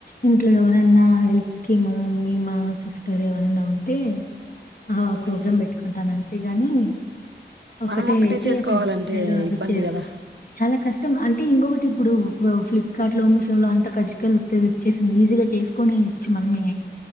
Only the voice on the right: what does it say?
ఓకే
మనం ఒక్కటే
చేసుకోవాలంటే
ఇబ్బంది
కదా